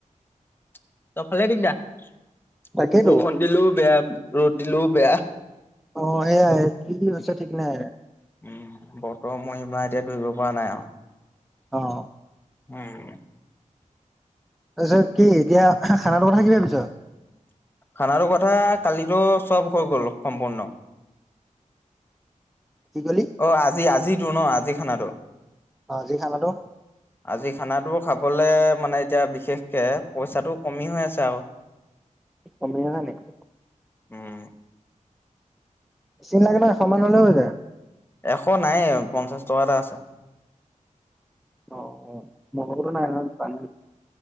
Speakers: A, on the left (about 15°); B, in the centre.
A: চবফালে দিগদাৰ
B: তাকেইতো
A: বৰষুণ দিলেও বেয়া। ৰ'দ দিলেও বেয়া।
B: অ' এয়াই কি হৈছে ঠিক নাই।
A: উম' বতৰ মহিমা এতিয়া ধৰিব পৰা নাই আৰু
B: অ'।
A: উম'।
B: তাৰপিছত কি এতিয়া খানাটো কথা কি ভাবিছ?
A: খানাটো কথা কালিতো চব হৈ গ'ল সম্পূৰ্ণ। <inaudible>
B: কি ক'লি?
A: অ' আজি আজিটোৰ ন' আজি খানাটো?
B: অ' আজি খানাটো?
A: আজি খানাটো খাবলৈ মানে এতিয়া বিশেষকে পইচাটো কমি হৈ আছে আৰু <inaudible>
B: কমি হৈছে নেকি?
A: উম'।
B: চিন লাগে নহয় সমান হ'লেও হৈ যায়।
A: এশ নাই পঞ্চাশ টকাতেটা আছে।
B: অ, ' অ' মোৰ নাই চান